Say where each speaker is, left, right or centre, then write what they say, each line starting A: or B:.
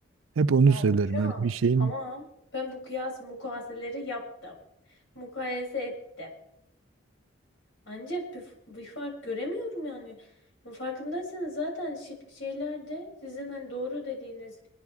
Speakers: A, on the right (about 85°); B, on the left (about 75°).
A: Hep onu
B: Ya
A: söylerim.
B: hocam
A: Hani bir şeyin
B: tamam ben bu kıyas mukayeseleri yaptım. Mukayese ettim. Ancak bir, f- bir fark göremiyorum yani. Ya Farkındaysanız zaten şık şeylerde sizin hani doğru dediğiniz